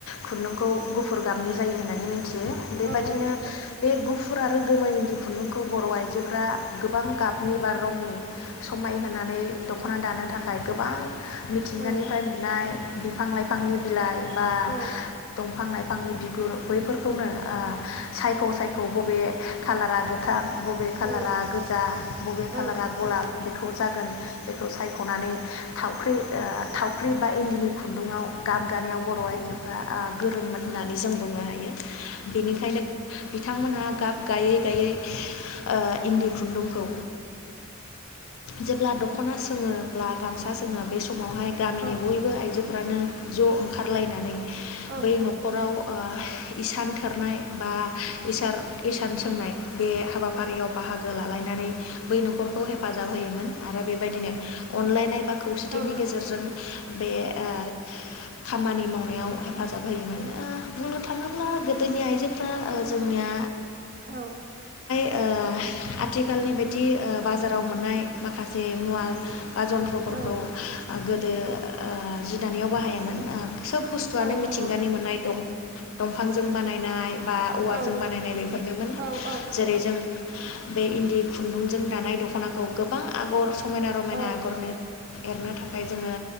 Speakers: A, on the left (about 75°); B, on the right (about 45°).
A: खुन्दुंखौ गुफुर गाबनि जायो होननानै मि थियो बेबादिनो
B: औ औ नंगौ
A: बे गु फुर आरो गोमो इन्दि खुन्दुंखौ बर'आइजोफ्रा गोबां गाबनि बा रंनि समायहोनानै दख'ना दानो थाखाय गोबां मिथिंगानिफ्राय
B: औ
A: मोननाय बिफां लाइफांनि बिलाइ बा
B: औ
A: दंफां लाइ फांनि बिगुर बैफोरखौनो ओ सायख सायख बबे कालारा गोथां बबे खालारा
B: औ
A: गोजा बबे खालारा
B: औ
A: गलाब बेखौ जागोन खौ सायखनानै थावख्रि ओ थावख्रि बा इन्दिनि खुन्दुंङाव गाब गानायाव बर'आइजो बा गोरोंमोन होननानै जों बुंनो हायो। बेनिखायनो बिथांमोनहा गाब गायै गायै ओ इन्दि खुन्दुंखौ जेब्ला दं खना सोंङोब्ला गामसा सोंङो बे समावहाय गामिनि
B: औ
A: बयबो आइजोफ्रानो ज ओंखारलायनानै
B: औ
A: बै नखराव ओ इसान थोरनाय बा इसार इसान सोंनाय बे हाबाफारियाव बाहागो लालायनानै बै नखरखौ हेफाजाब होयोमोन आरो बेबायदिनो अनलायनाय बा खौसेथिनि
B: औ नंगौ
A: गेजेरजों बे ओ खामानि माव नायाव हेफाजाब होयोमोन ओ बुंनो थांङोब्ला गोदोनि आइजोफ्रा ओ जोंनिया
B: औ
A: ओ आथिखालनि बादि ओ बाजाराव मोननाय माखा जे मुवा बा जन्थ्रफोरखौ
B: औ
A: गोदो ओ जि दानायाव बाहायामोन ओ सोब बुस्थुआनो
B: औ नंगौ
A: मिथिंगानि मोननाय दं-दंफांजों बाना नाय बा औवा
B: औ
A: जों बानायनाय बेफोरनोमोन
B: औ औ
A: जेरै जों बे इन्दि खुन्दुंजों दानाय दख'नाखौ आगर समायना रमायना
B: औ
A: आगरनो एरनो था खाय जोंङो